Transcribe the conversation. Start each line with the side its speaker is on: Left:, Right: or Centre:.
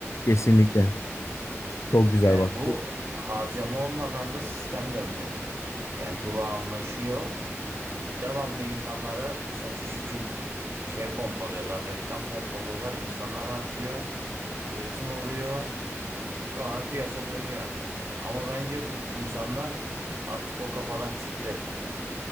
Left: Kesinlikle. Çok güzel
Right: Yani
Left: bak.
Right: bu harcama olmadan da sistem dönmüyor. Yani durağanlaşıyor Devamlı insanlara satış için şey pompalıyorlar, reklam pompalıyorlar. İnsanlar harcıyor, üretim oluyor, sonra piyasa dönüyor. Ama bence bu insanlar artık o kafadan çıktı.